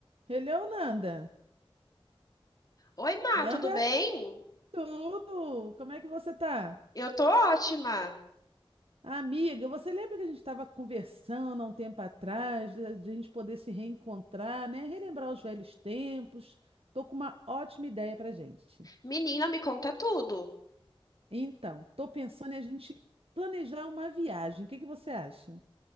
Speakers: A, on the right; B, on the left.
A: Hello, Nanda.
B: Oi, Má,
A: Nanda,
B: tudo bem?
A: tudo? Como é que você tá?
B: Eu tô ótima.
A: Amiga, você lembra que a gente estava conversando há um tempo atrás, da de a gente poder se reencontrar, né? Relembrar os velhos tempos. Tô com uma ótima ideia pra gente.
B: Menina, me conta tudo.
A: Então, tô pensando em a gente planejar uma viagem. O que que você acha?